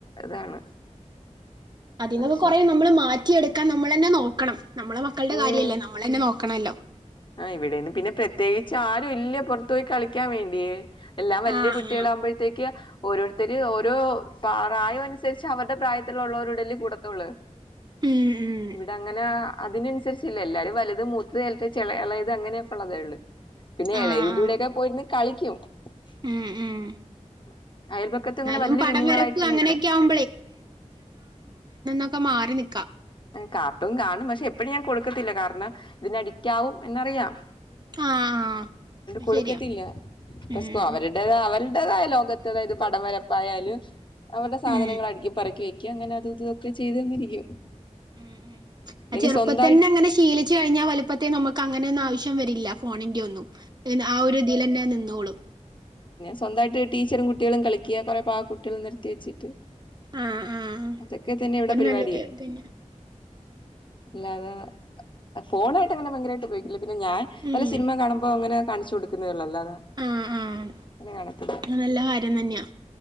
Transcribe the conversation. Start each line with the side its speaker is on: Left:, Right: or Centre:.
Left: ഇതാണ്
Right: അതീന്നൊക്കെ
Left: പക്ഷെ
Right: കൊറേ നമ്മൾ മാറ്റിയെടുക്കാൻ നമ്മളന്നെ നോക്കണം നമ്മളെ മക്കള്ടെ
Left: ഉം
Right: കാര്യല്ലേ നമ്മളന്നെ നോക്കണല്ലോ
Left: ആ ഇവിടെന്ന് പിന്നെ പ്രത്യേകിച്ച് ആരു ഇല്ല പുറത്ത് പോയി കളിക്കാൻ വേണ്ടിയെ എല്ലാം വല്ല്യെ
Right: ആഹ്
Left: കുട്ടികളാകുമ്പോഴത്തേക്ക്
Right: ആഹ്
Left: ഓരോരുത്തർ ഓരോ പ്രായാനുസരിച് അവരുടെ പ്രായത്തിലില്ലോരോടെല്ലേ കൂടെത്തൊള്ളൂ
Right: ഉം ഉം
Left: ഇവിടെ അങ്ങനെ അതിനനുസരിച്ചില്ല എല്ലാരും വലുത് മൂത്തത് ചള ഇളയത് അങ്ങനെയൊക്കെ ഉള്ളതേ ഉള്ളൂ പിന്നെ
Right: ആഹ്
Left: ഇളയതിന്റെ
Right: ആഹ്
Left: കൂടെയൊക്കെ പോയിര്ന്ന് കളിക്കും <inaudible>
Right: ഉം ഉം
Left: അയൽപക്കത്തും
Right: എന്നാലും
Left: ഇങ്ങനെ വലിയ
Right: പടം
Left: കുഞ്ഞുങ്ങളായിട്ടുള്ള
Right: വരപ്പ് അങ്ങനെയൊക്കയാവും
Left: ഇല്ല
Right: ഒക്കെ മാറി നിക്കാ
Left: കാത്തു കാണും പക്ഷെ എപ്പഴും ഞാൻ കൊടുക്കത്തില്ല കാരണം ഇതിന് അഡിക്റ്റ്ആകും എന്നറിയാം
Right: ആഹ് ആഹ് അത്
Left: കൊടുക്കത്തില്ല
Right: ശരിയാ
Left: <unintelligible>
Right: ഉം
Left: അവരുടേത് അവര് അവര്ടേതായ ലോകത്ത് അതായത് പടം വരപ്പായാലും അവരുടെ സാധനങ്ങൾ
Right: ഉം
Left: അടുക്കിപ്പറക്കി വെക ഇക്ക് അങ്ങനെ അതും ഇതൊക്കെ ചെയ്തു തന്നിരിക്കും
Right: ഉം ഉ
Left: അല്ലെങ്കിൽ
Right: ആ ചെറുപ്പത്തി
Left: സ്വന്തമായി
Right: തന്നെ അങ്ങനെ ശീലിച്ചു കഴിഞ്ഞാ വലുപ്പത്തേ നമുക്ക് ക്ക അങ്ങനെയൊന്നും ആവശ്യം വരില്ല ഫോണിന്റെ ഒന്നും ആ ഒരു ഇതിലന്നെ നിന്നോളും
Left: സ്വന്തായിട്ട് ടീച്ചറും കുട്ടിയേളും കളിക്ക കുറേ പാവ കുട്ടിയെളൊക്കെ നെരത്തി വെച്ചിട്ട്
Right: ആഹ് ആഹ്
Left: അതൊക്കെ തന്നെ ഇവിടെ പരിപാടി
Right: നല്ലൊരു ഇതന്നെ
Left: ല്ലത് ഫോണായിട്ട് അങ്ങനെ ഭയങ്കരായിട്ട് ഉപയോഗിക്കില്ല പിന്നെ ഞാൻ
Right: ഉം
Left: വല്ല സിനിമ കാണുമ്പോ അങ്ങനെ കാണിച്ചു കൊടുക്കുന്നതതെള്ളൂ അല്ലാതെ
Right: ആഹ് ആഹ്
Left: അങ്ങനെ കാണത്തില്ല
Right: നല്ല കാര്യം തന്നെയാ